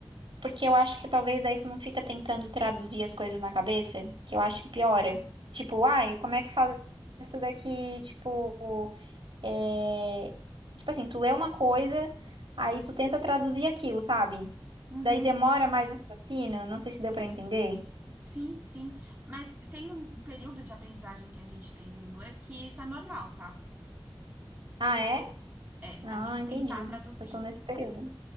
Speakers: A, on the right (about 60°); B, on the right (about 20°).
A: porque eu acho que talvez daí tu não fica tentando traduzir as coisas na cabeça, que eu acho que piora. Tipo, ai, como é que fala isso daqui? Tipo, é... tipo assim, tu lê uma coisa, aí tu tenta traduzir aquilo, sabe?
B: uhum,
A: Daí demora mais um raciocínio, não sei se deu pra entender.
B: sim, sim. Mas tem um período de aprendizagem que a gente tem do inglês que isso é normal, tá?
A: Ah, é?
B: É,
A: Ah,
B: da gente
A: entendi.
B: tentar traduzir.
A: Eu tô nesse período.